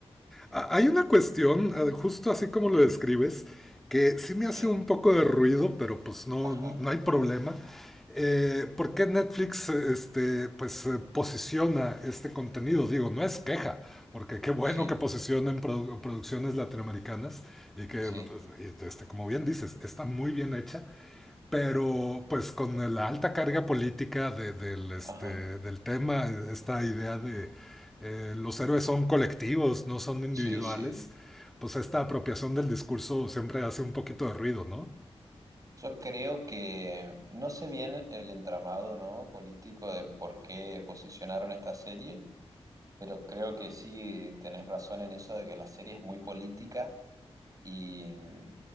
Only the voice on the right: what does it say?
Sí.
Ajá.
Sí.
Sí.
Ajá.
Sí, sí.
Yo creo que no sé bien el entramado, ¿no? político de por qué posicionaron esta serie, pero creo que sí tenés razón en eso de que la serie es muy política y mm,